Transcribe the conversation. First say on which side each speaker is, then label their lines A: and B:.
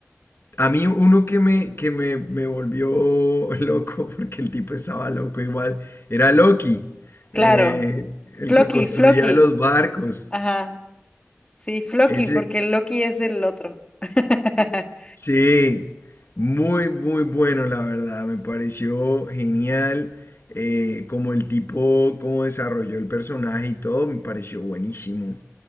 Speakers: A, on the left; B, on the left.
A: A mí uno que me, que me, me volvió <laughs> loco, porque el tipo estaba loco igual, era Loki,
B: claro.
A: eh, el
B: Floki,
A: que construía
B: Floki.
A: los barcos.
B: Ajá. Sí, Floki,
A: Ese,
B: porque Loki es el otro. <laughs>
A: sí, muy, muy bueno, la verdad. Me pareció genial. eh, como el tipo, cómo desarrolló el personaje y todo, me pareció buenísimo.